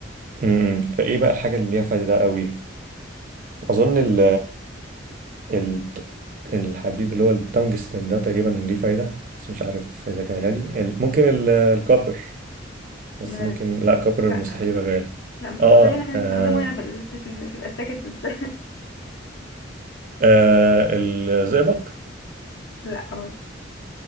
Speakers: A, on the right; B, on the left.
A: امم إمم. فايه بقى الحاجه اللي ليها فايده قوي اظن ال ال الحديد اللي هو التنجستن ده تقريبا ليه فايده بس مش عارف اذا كان غالي ال- ممكن ال- الكوبر بس
B: لا
A: ممكن
B: لا
A: لا كوبر
B: لا
A: مستحيل يبقى غالي
B: لا مش
A: اه
B: بس
A: آه.
B: نستخدمه هنا في التلفزيون في الاسلاك الت-
A: آه الزئبق
B: <laughs> لا برضه